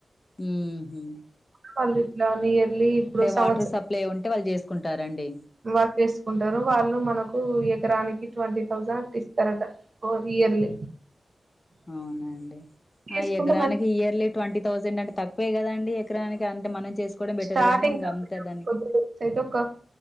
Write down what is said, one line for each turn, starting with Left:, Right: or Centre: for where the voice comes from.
Left: ఊహు
Right: వాళ్ళు ఇట్లాని నియర్లీ ఇప్పుడు సంవత్సరం
Left: వాటర్ సప్లై ఉంటే వాళ్ళు చేసుకుంటారండి
Right: వాల్ చేసుకుంటారు వాళ్ళు మనకు ఎకరానికి ట్వంటీ థౌసండ్ అట్లా ఇస్తారట ఇయర్లీ
Left: అవునా అండి
Right: చేసుకుంటే
Left: ఆ ఎకరానికి
Right: మ
Left: ఇయర్లీ ట్వంటీ థౌసండ్ అంటే తక్కువే కదండి కరానికి అంటే మనం చేసుకోవడమే బెటర్
Right: స్టార్టింగ్
Left: గాని ఇంకా అంతే దానిక్
Right: కొద్ది డేస్ అయితే ఒక